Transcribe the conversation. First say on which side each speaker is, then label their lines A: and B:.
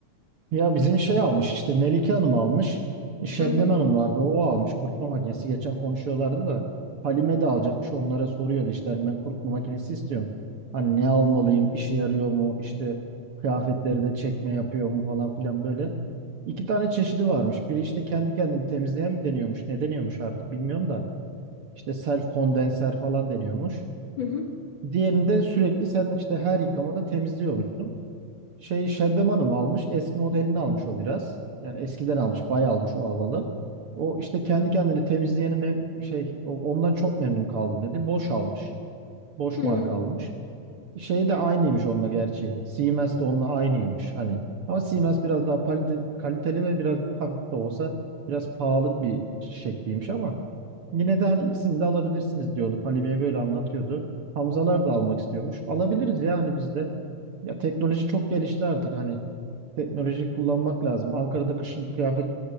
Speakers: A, on the right; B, on the left.
A: Ya bizim şey almış işte Melike Hanım almış. Şebnem
B: Hı hı
A: Hanım vardı o almış kurutma makinesi. Geçen konuşuyorlardı da Halime de alacakmış onlara soruyordu işte hani ben kurutma makinesi istiyorum. Hani ne almalıyım işe yarıyor mu işte kıyafetleri de çekme yapıyor mu falan filan böyle. İki tane çeşidi varmış. Biri işte kendi kendini temizleyen mi deniyormuş ne deniyormuş artık bilmiyorum da işte self kondenser falan deniyormuş.
B: hı hı.
A: Diğerinde sürekli sen işte her yıkamada temizliyormuşsun. Şey Şaddeman'ı mı almış? Eski modelini almış o biraz. Yani eskiden almış. Bayağı almış o alalı. O işte kendi kendini temizleyeni mem- şey o- ondan çok memnun kaldım dedi. Boş almış. Boş
B: hı.
A: marka almış. Şey de aynıymış onunla gerçi. Siemens de onunla aynıymış hani. Ama Siemens biraz daha palite- kaliteli ve biraz hafif de olsa biraz pahalı bir şekliymiş ama yine de hani ikisini de alabilirsiniz diyordu. Halime'ye böyle anlatıyordu. Hamzalar da almak istiyormuş. Alabiliriz ya hani biz de. Ya teknoloji çok gelişti artık hani. Teknolojiyi kullanmak lazım. Ankara'da kışın kıyafet